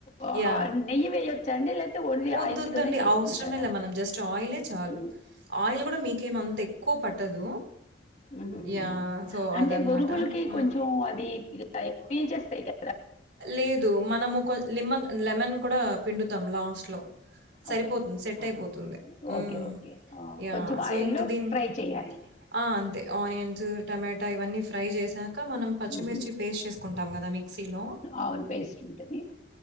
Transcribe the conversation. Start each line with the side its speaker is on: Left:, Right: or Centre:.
Left: ఆ,
Right: యా
Left: నెయ్యి వేయొచ్చా అండి లేకపోతే ఓన్లీ
Right: ఒద్దోద్దండి
Left: ఆయిల్తోనే చేసుకుంటారా
Right: అవసరమేలే మనం జస్ట్ ఆయిలే చాలు
Left: ఉమ్,
Right: ఆయిల్ కూడా మీకేమంతా ఎక్కువ పట్టదు
Left: ఉహం
Right: యాహ్! సో,
Left: అంటే
Right: అదనమాట.
Left: బొరుగులకి
Right: హ్మ్.
Left: కొంచెం అది ఇ ల పిల్ చేస్తాయిగా
Right: లేదు మనము కొ లిం నిమ్మ లెమన్ కూడా పిండు దాం లాస్ట్ లో సరిపోతుంది
Left: ఓకే
Right: సెట్
Left: ఆహా.
Right: అయిపోతుంది ఉమ్
Left: ఓకే ఓకే ఆ,
Right: యా
Left: కొంచెం
Right: సో
Left: ఆయిల్లో
Right: యింకా దీని
Left: ఫ్రై చేయాలి
Right: అ అంతే అనియిన్స్ టమా ట ఇవన్నీ ఫ్రై చేసా ఇంకా మనం పచ్చిమిర్చి
Left: ఉహు.
Right: పేస్ట్ చేసుకుంటాం కదా మిక్సీలో
Left: ఆవుల పేస్ట్ ఉంటాది